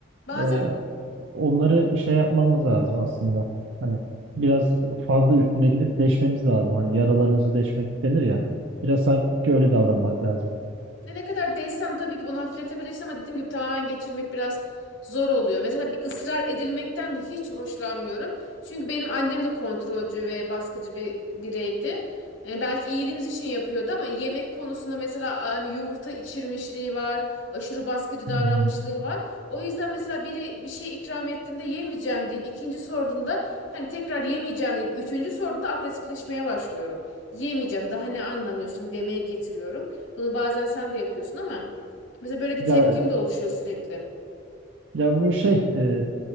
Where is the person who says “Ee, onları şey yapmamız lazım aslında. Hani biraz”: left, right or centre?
Right